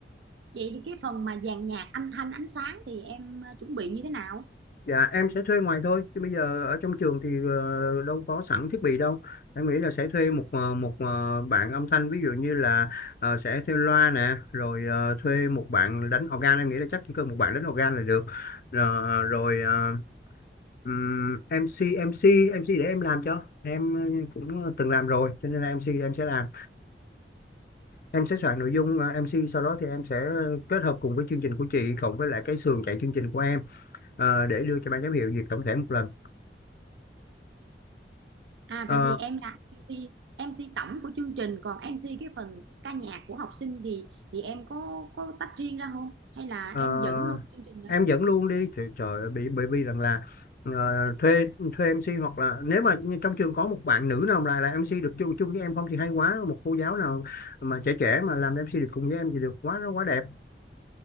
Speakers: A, on the right; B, on the left.
A: Vậy thì cái phần mà dàn nhạc, âm thanh, ánh sáng thì em ờ, chuẩn bị như thế nào?
B: dạ em sẽ thuê ngoài thôi chứ bây giờ ở trong trường thì ờ, đâu có sẵn thiết bị đâu em nghĩ là sẽ thuê một ờ, một ờ, bạn âm thanh ví dụ như là ờ, sẽ thuê loa nè rồi ờ, thuê một bạn đánh organ em nghĩ là chắc chỉ cần một bạn đánh organ là được Ờ, rồi ờ, Ừm, MC MC MC để em làm cho em cũng từng làm rồi cho nên là MC em sẽ làm em sẽ soạn nội dung ờ, MC sau đó thì em sẽ kết hợp cùng với chương trình của chị cộng với lại cái sườn chạy chương trình của em ờ, để đưa cho ban giám hiệu duyệt tổng thể một lần
A: À
B: Ờ,
A: vậy thì em là em MC tổng của chương trình còn em MC cái phần ca nhạc của học sinh thì thì em có có tách riêng ra không hay là
B: ờ,
A: em dẫn luôn chương trình đó?
B: em dẫn luôn đi trời, trời ơi, bị bởi vì rằng là ờ, thuê thuê MC hoặc là nếu mà như trong trường có một bạn nữ nào là là MC được chung chung với em không thì hay quá một cô giáo nào mà trẻ trẻ mà làm MC được cùng với em thì được quá quá đẹp